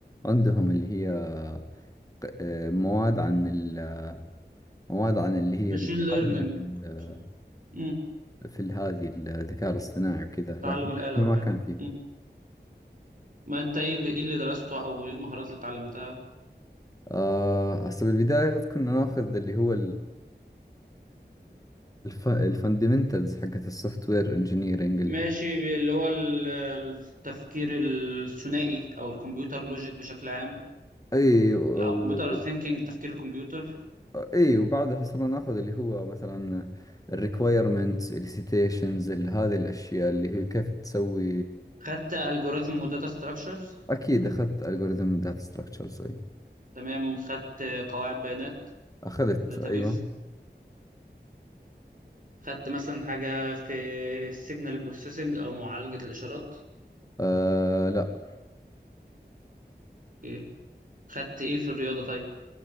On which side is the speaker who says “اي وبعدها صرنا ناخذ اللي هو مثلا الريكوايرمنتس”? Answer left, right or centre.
Left